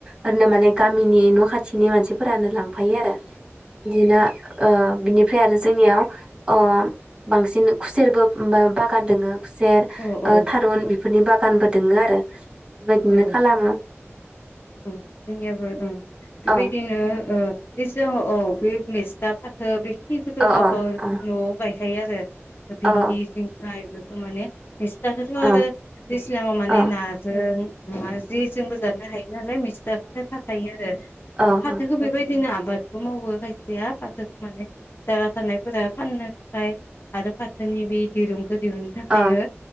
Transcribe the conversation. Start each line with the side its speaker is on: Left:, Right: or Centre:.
Right: ओरैनो माने गामिनि न' खाथिनि मानसिफोरानो लां फायो आरो बिदिना ओ बिनिफ्राय आरो जोंनियाव अ बांसिन खुसेरबो बा बागान दोङो खुसेर
Left: औ औ
Right: थारुन बेफोरनि बा दखानबो दोंङो आरो बेबायदिनो
Left: औ
Right: खालामो
Left: ओं जोंनियाबो ओं बेबायदिनो
Right: औ
Left: ओ औ बे मेसथा फाथो बे <unintelligible>
Right: अ
Left: ओ
Right: अ
Left: न' आव गाय गायो आरो भिन्दि
Right: अ
Left: जिंखा बेफोरखौ माने मेसथाखौथ'‌
Right: अ
Left: आरो दैज्लाङाव माने
Right: अ
Left: नाजों मा जे जोंबो जानो हायो नालाय मिस्थाखौ थाखायो आरो
Right: ओं
Left: ओ फाथोखौ बेबायदि दिनो आबादबो मावो खायसेया फाथोखौ माने जायगा थानाय फोरा फाननो थाखाय आरो फाथोनि बे दिरुंखौ दिहुननो थाखायनो
Right: अ